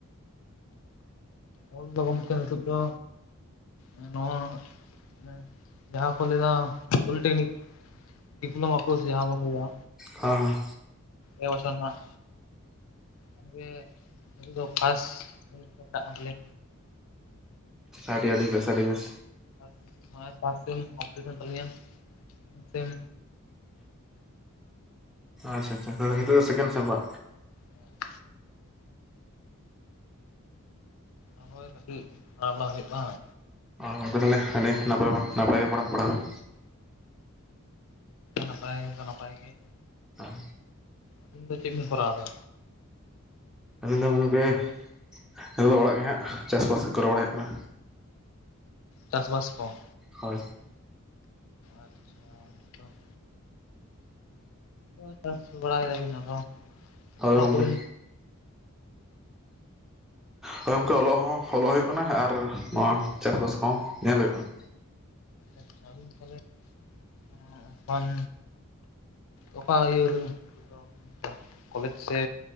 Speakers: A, on the left; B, in the centre.
A: ᱚᱞ ᱫᱚ ᱜᱚᱝᱠᱮ ᱱᱤᱛᱚᱜ ᱫᱚ ᱮᱸ ᱱᱚᱶᱟ ᱦᱮᱸ ᱡᱟᱦᱟᱸ ᱠᱚ ᱞᱟᱹᱭ ᱮᱫᱟ ᱯᱚᱞᱤᱴᱮᱠᱱᱤᱠ ᱰᱤᱯᱞᱳᱢᱟ ᱠᱳᱨᱥ ᱡᱟᱦᱟᱸ ᱵᱚᱱ ᱞᱟᱹᱭᱟ᱾
B: ᱦᱟᱸ ᱦᱟᱸ᱾
A: ᱮ ᱵᱚᱪᱷᱚᱨ ᱱᱷᱟᱸᱜ ᱠᱷᱚᱱ ᱜᱮ, ᱯᱟᱹᱦᱤᱞ ᱫᱚ ᱯᱟᱥ <unintelligible> ᱛᱟᱹᱞᱤᱧ᱾
B: ᱟᱹᱰᱤ ᱟᱹᱰᱤ ᱵᱮᱥ ᱟᱹᱰᱤ ᱵᱮᱥ᱾
A: ᱟᱫ ᱱᱚᱜᱼᱚᱭ ᱯᱟᱥ ᱥᱤᱢ ᱠᱚᱢᱯᱤᱞᱤᱴ ᱮᱱ ᱛᱟᱞᱤᱧᱟ, <unintelligible> ᱥᱤᱢ,
B: ᱟᱪᱪᱷᱟ ᱟᱪᱪᱷᱟ ᱛᱚ ᱛᱟᱦᱮᱞᱮ ᱱᱤᱛᱚᱜ ᱫᱚ ᱥᱮᱠᱮᱱ ᱥᱚᱢ ᱵᱟ?
A: ᱦᱮᱸ, ᱚᱸᱦᱚᱭ ᱠᱟᱹᱴᱤᱡ ᱫᱟᱬᱟ ᱵᱟᱲᱟ ᱦᱩᱭᱩᱜ ᱠᱟᱱᱟ᱾
B: ᱟᱨ ᱜᱚᱝᱠᱮ ᱛᱟᱦᱮᱞᱮ ᱦᱟᱸᱰᱮ ᱱᱟᱯᱟᱭ ᱵᱟ ᱱᱟᱯᱟᱭ ᱜᱮ ᱯᱟᱲᱟ ᱯᱟᱲᱟᱣ ᱠᱟᱱ᱾
A: ᱱᱟᱯᱟᱭ ᱫᱚ ᱱᱟᱯᱟᱭ ᱜᱮ᱾
B: ᱟ,
A: ᱟᱹᱵᱤᱱ ᱫᱚ ᱪᱮᱫ ᱵᱤᱱ ᱠᱚᱨᱟᱣ ᱮᱫᱟ?
B: ᱟᱹᱞᱤᱧ ᱫᱚ ᱜᱚᱝᱠᱮᱻᱦ ᱱᱤᱛᱚᱜ ᱫᱚ ᱚᱲᱟᱜ ᱜᱮ ᱦᱟᱸᱜ ᱪᱟᱥ ᱵᱟᱥ ᱜᱮ ᱠᱚᱨᱟᱣ ᱵᱟᱲᱟ ᱦᱩᱭᱩᱜ ᱠᱟᱱᱟ᱾
A: ᱪᱟᱥ ᱵᱟᱥ ᱠᱚ?
B: ᱦᱚᱭ᱾
A: ᱟᱪᱪᱷᱟ, ᱱᱤᱛᱚᱝ <unintelligible> ᱪᱟᱥ ᱵᱟᱲᱟ ᱭᱮᱫᱟ ᱵᱤᱱ ᱟᱫᱚ
B: ᱦᱳᱭ
A: ᱚᱞᱚᱜ
B: ᱜᱚᱢᱠᱮ᱾
A: ᱫᱚᱵᱤᱱ
B: ᱦᱳᱭ ᱜᱚᱝᱠᱮ ᱚᱞᱚᱜ ᱦᱚᱸ ᱦᱚᱞᱚᱜ ᱦᱩᱭᱩᱜ ᱠᱟᱱᱟ ᱟᱨ ᱱᱚᱣᱟ ᱪᱟᱥ ᱵᱟᱥ ᱠᱚᱦᱚᱸ ᱧᱮᱞ ᱦᱩᱭᱩᱜ ᱠᱟᱱᱟ᱾
A: ᱟᱪᱪᱷᱟ, ᱟᱹᱵᱤᱱ ᱫᱚ ᱛᱟᱦᱮᱞᱮ ᱮᱸ ᱮᱱᱠᱷᱟᱱ ᱚᱠᱟ ᱤᱭᱟᱹ ᱨᱮ <inaudible> ᱱᱮᱛᱚ ᱠᱚᱞᱮᱡᱽ ᱥᱮ,